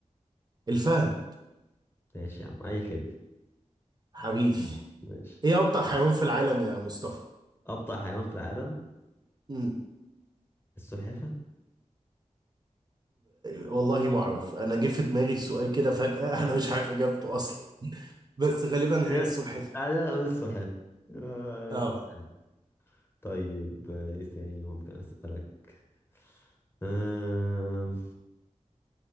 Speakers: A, on the right; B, on the left.
A: الفهد
B: ماشي يا عم أي كده
A: حبيبي
B: ماشي
A: ايه أبطأ حيوان في العالم يا مصطفى
B: أبطأ حيوان في العالم
A: مم.
B: السلحفة
A: والله ما اعرف انا جه في دماغي السؤال كده فجأة <laughs> انا مش عارف اجابته اصلا بس غالبا
B: خلينا
A: هي السلحفاة
B: خلينا نقول السلحفة <laughs>
A: اه
B: طيب إيه تاني ممكن أسألك أمم.